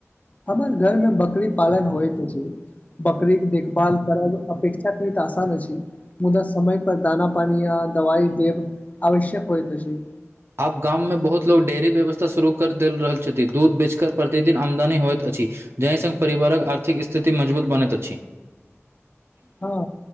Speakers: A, on the left (about 30°); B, on the right (about 55°).
A: हमर घर मे बकरी पालन होइत अछि। बकरी क देखभाल परब अपेक्षा के आसान अछि। मुदा समय पर दाना पानी या दवाइ देब आवश्यक होइत अछी
B: आब गाम मे बहुत लोग डेयरी व्यवस्था शुरू कर देल रहल छथि दूध बेचके प्रतिदिन आमदनी होइत अछि जहि संग परिवारक आर्थिक स्थिति मजबूत बनैत अछि
A: हँ